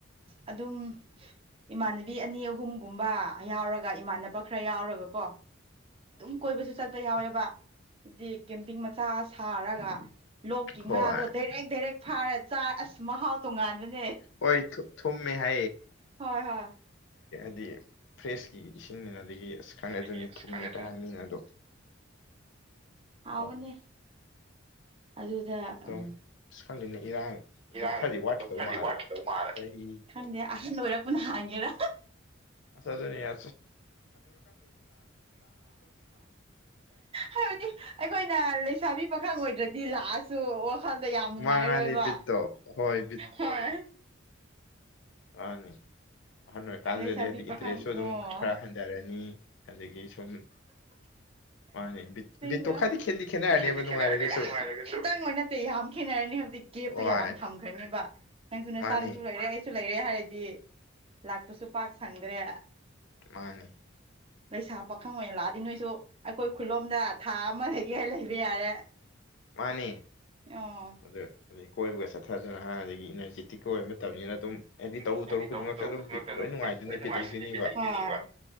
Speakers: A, on the right; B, on the left.
A: ꯑꯗꯨꯝ ꯏꯃꯥꯟꯅꯕꯤ ꯑꯅꯤ ꯑꯍꯨꯝꯒꯨꯝꯕ ꯌꯥꯎꯔꯒ ꯏꯃꯥꯟꯅꯕ ꯈꯔ ꯌꯥꯎꯔꯒ ꯀꯣ ꯑꯗꯨꯝ ꯀꯣꯏꯕꯁꯨ ꯆꯠꯄ ꯌꯥꯎꯋꯦꯕ ꯗꯤ ꯀꯝꯇ ꯃꯆꯥ ꯉ ꯂꯣꯛꯀꯤ
B: ꯍꯣꯏ
A: ꯉꯥꯗꯣ ꯗꯥꯏꯔꯦꯛ ꯗꯥꯏꯔꯦꯛ ꯐꯥꯔ ꯆꯥ ꯑꯁ ꯃꯍꯥꯎ ꯇꯣꯡꯉꯥꯟꯕꯅꯦ
B: ꯍꯣꯏ ꯊꯨꯝꯃꯦ ꯍꯥꯏ
A: ꯍꯣꯏ ꯍꯣꯏ
B: ꯍꯥꯏꯗꯤ ꯐ꯭ꯔꯦꯁꯀꯤ ꯏꯁꯤꯡꯅꯤꯅ ꯑꯗꯒꯤ ꯑꯁ ꯈꯪꯉꯦ
A: ꯑꯗꯒꯤ
B: ꯑꯗꯨꯅꯤ
A: ꯑꯁ
B: ꯊꯨꯝꯃꯦ
A: ꯈꯪꯉꯦ
B: ꯀ ꯍꯥꯏ ꯃꯤꯅ ꯑꯗꯣ
A: ꯍꯅꯦ
B: ꯗꯥꯎꯗꯤ
A: ꯑꯗꯨꯗ
B: ꯑꯗꯨꯝ
A: ꯎ
B: ꯑꯁ ꯈꯪꯗꯦꯅꯦ ꯏꯔꯥꯡ ꯑꯗꯨꯝ
A: ꯏꯔꯥꯡ
B: ꯈꯔꯗꯤ ꯋꯥꯠꯈꯤꯗꯧ
A: ꯈꯔ
B: ꯃꯥꯜꯂꯦ
A: ꯋꯥꯠꯗꯧ ꯃꯥ
B: ꯆꯍꯤ
A: ꯈꯪꯗꯦ ꯑꯍꯟ ꯑꯣꯏꯔꯛꯄꯅ ꯍꯥꯡꯒꯦꯔ
B: ꯑ ꯑꯗꯨꯅꯤ ꯌꯥ
A: ꯍꯥꯏꯕꯗꯤ ꯑꯩꯈꯣꯏꯅ ꯁꯥꯕꯤ ꯄꯥꯈꯪ ꯑꯣꯏꯗ꯭ꯔꯗꯤ ꯂꯥꯛꯑꯁꯨ ꯋꯥꯈꯜꯗ ꯌꯥꯝ ꯅꯨꯡꯉꯥꯏꯔꯣꯏꯕ
B: ꯃꯥꯅꯤ ꯃꯥꯅꯤ ꯕꯤꯠꯇꯣ ꯍꯣꯏ
A: ꯍꯣꯏ
B: ꯑꯅꯦ ꯑꯍꯜ ꯑꯣꯏꯔꯀꯥꯟꯗꯨꯗꯗꯤ
A: ꯂꯩꯁꯥꯕꯤ
B: ꯍꯥꯏꯗꯤ
A: ꯄꯥꯈꯪ
B: ꯏꯟꯇꯔꯦꯁꯁꯨ ꯑꯗꯨꯝ
A: ꯑꯣ
B: ꯈꯔ ꯍꯟꯊꯔꯅꯤ ꯑꯗꯒꯤ ꯁꯨꯝ
A: ꯍ
B: ꯃꯥꯅꯦ ꯕꯤꯠ ꯕꯤꯠꯇꯣ
A: ꯕ
B: ꯈꯔꯗꯤ ꯈꯦꯠꯗꯤ ꯈꯦꯠꯅꯔꯅꯦꯕ
A: ꯈꯦꯅꯔ
B: ꯅꯨꯡꯉꯥꯏꯔꯒꯁꯨ
A: ꯈꯤꯇꯪ ꯅꯠꯇꯦ ꯌꯥꯝ ꯈꯦꯠꯅꯔꯅꯤ ꯍꯥꯏꯕꯗꯤ ꯒꯦꯞꯇꯨ
B: ꯍꯣꯏ
A: ꯌꯥꯝ ꯊꯝꯈ꯭ꯔꯅꯦꯕ ꯅꯪꯁꯨ ꯅ
B: ꯃꯥꯅꯤ
A: ꯆꯥꯅꯁꯨ ꯂꯩꯔꯦ ꯑꯩꯁꯨ ꯂꯩꯔꯦ ꯍꯥꯏꯔꯗꯤ ꯂꯥꯛꯄꯁꯨ ꯄꯥꯛ ꯁꯪꯗ꯭ꯔꯦ
B: ꯃꯥꯅꯦ
A: ꯂꯩꯁꯥ ꯄꯥꯈꯪ ꯑꯣꯏꯅ ꯂꯥꯛꯑꯗꯤ ꯅꯣꯏꯁꯨ ꯑꯩꯈꯣꯏ ꯈꯨꯂꯣꯝꯗ ꯊꯥ ꯑꯃꯗꯒꯤ ꯂꯩꯕ ꯌꯥꯔꯦ
B: ꯃꯥꯅꯤ
A: ꯑꯣ
B: ꯑꯗꯨ ꯑꯩ ꯀꯣꯏꯕꯒ ꯆꯠꯊꯗꯨꯅꯥꯟ ꯑꯗꯒꯤ ꯏꯅꯔꯖꯤꯦꯇꯤꯛꯀꯤ ꯑꯣꯏꯕ ꯃꯇꯝꯅꯤꯅ ꯑꯗꯨꯝ
A: ꯎ
B: ꯇꯧꯔꯨ
A: ꯍꯥꯏꯗꯤ
B: ꯇꯧꯔꯨ
A: ꯇꯔꯨ ꯇꯔꯨ ꯈꯨꯗꯤꯡꯃꯛꯇ
B: ꯕꯤꯠ
A: ꯑꯗꯨꯝ
B: ꯂꯣꯏ ꯅꯨꯡꯉꯥꯏꯗꯣꯏꯅꯤ
A: ꯂꯣꯏ ꯅꯨꯡꯉꯥꯏꯁꯤꯅꯦ
B: ꯕꯤꯠ ꯂꯩꯗꯣꯏꯅꯦꯕ
A: ꯐꯤꯕ